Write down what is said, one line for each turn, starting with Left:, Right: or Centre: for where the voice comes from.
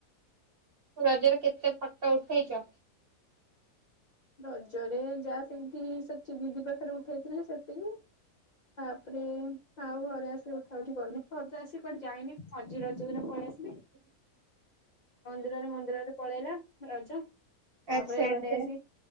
Right: ରଜରେ କେତେ ଫାଟା ଉଠେଇଛ?
Left: ରଜରେ ଯାହା ସେମିତି ସେଠିବିଦି ପାଖରେ ଉଠେଇଥିଲେ ସେତିକି ତାପରେ ଆଉ ଘରେ ଆସିବେ କଉଠି କଲୁି ଆସି କଆ ଯାଇନି ହଜିର ହଜ ଦିନ ପଳ ଆସି
Right: ହୁଁ।
Left: ମନ୍ଦିରରେ ମନ୍ଦିରରେ ପଳେଇଲା ରଜ ତାପରେ
Right: ଆଚ୍ଛା
Left: ଘରେ
Right: ଆଚ୍ଛା।
Left: ଆସିକି